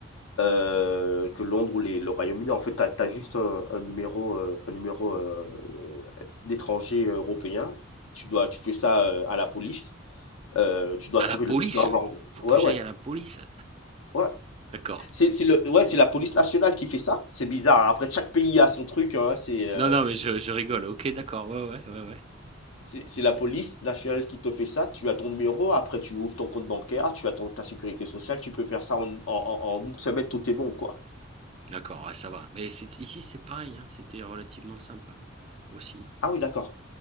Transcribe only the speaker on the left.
heu, que Londres ou les le Royaume-Uni. En fait, tu as juste un un numéro, heu, un numéro, heu, d'étranger européen. Tu dois tu fais ça, heu, à la police. Heu, tu dois
trouver
le tu dois avoir
ouais,
ouais,
ouais.
C'est c'est le ouais, c'est la police nationale qui fait ça. C'est bizarre, hein. Après chaque pays a son truc, hein. C'est, heu,
c'est c'est la police nationale qui te fait ça. Tu as ton numéro, après tu ouvres ton compte bancaire, tu as ton ta sécurité sociale, tu peux faire ça en une en en en 1 semaine, tout est bon, quoi.
Ah oui, d'accord,